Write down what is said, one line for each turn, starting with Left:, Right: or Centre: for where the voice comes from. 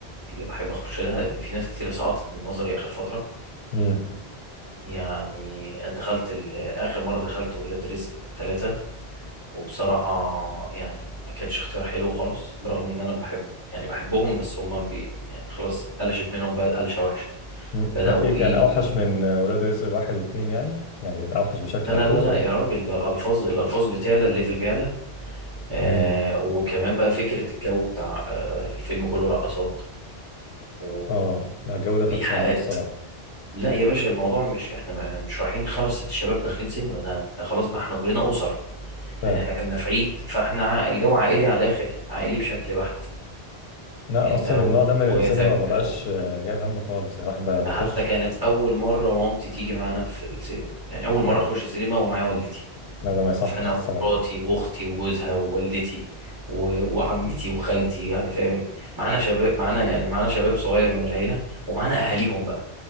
Right: اللي بحب اخش لها لان في ناس كتيره سقطت من نظري اخر فتره
Left: امم
Right: يعني انا دخلت ال- اخر مره دخلت ولاد رزق ثلاثة وبصراحة يعني ما كانش اختيار حلو خالص برغم ان انا بحب يعني بحبهم بس هم بي يعني خلاص قلشت منهم بقى قلشة وحشة
Left: مم.
Right: بدأوا
Left: ايه
Right: ايه
Left: كان اوحش
Right: إيه.
Left: من ولاد رزق واحد واثنين يعني يعني اوحش بشكل
Right: لا لا
Left: ملحوظ
Right: لا لا
Left: ولا
Right: يا راجل ده الالفاظ الالفاظ بتعلى الليفل بيعلى آه
Left: امم
Right: وكمان بقى فكرة الجو بتاع آه الفيلم كله رقصات و-
Left: اه لا الجو ده
Right: وايحاءات
Left: فاكس انا الصراحه
Right: لا يا باشا الموضوع مش احنا يعني مش رايحين خمس ست شباب داخلين سينما ده انت خلاص بقى احنا كلنا اسر
Left: فاهم
Right: يعني احنا كنا في عيد فاحنا ع- الجو عائلي على الاخر يعني عائلي بشكل بحت
Left: لا
Right: انت
Left: اصلا
Right: واخواتك
Left: النوع ده من السينما ما بقاش آه، جايب هم خالص يعني الواحد بقى بيخش
Right: وحتى كانت اول مره مامتي تيجي معانا في السينما يعني اول مره
Left: لا
Right: اخش السينما ومعايا والدتي
Left: لا ده ما يصحش
Right: فانا
Left: الصراحه
Right: ومراتي واختي وجوزها ووالدتي و- وعمتي وخالتي يعني فاهم معانا شباب معانا يعني معانا شباب صغير من العيله ومعانا اهاليهم بقى